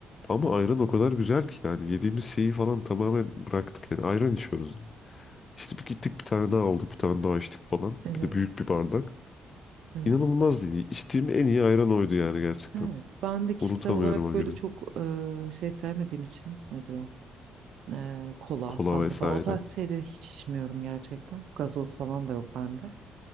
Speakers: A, on the left; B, on the right.
A: Ama ayran o kadar güzel ki yani yediğimiz şeyi falan tamamen bıraktık yani ayran içiyoruz İşte bir gittik bir tane daha aldık bir tane daha içtik falan.
B: Evet.
A: Bir de büyük bir bardak.
B: Evet.
A: İnanılmazdı. iyi. İçtiğim en iyi ayran oydu yani gerçekten.
B: Evet. Ben de kişisel
A: Unutamıyorum
B: olarak
A: o
B: böyle
A: günü.
B: çok e, şey sevmediğim için nedir o? Eee, kola,
A: Kola
B: fanta
A: vesaire.
B: falan o tarz şeyleri hiç içmiyorum gerçekten. Gazoz falan da yok bende.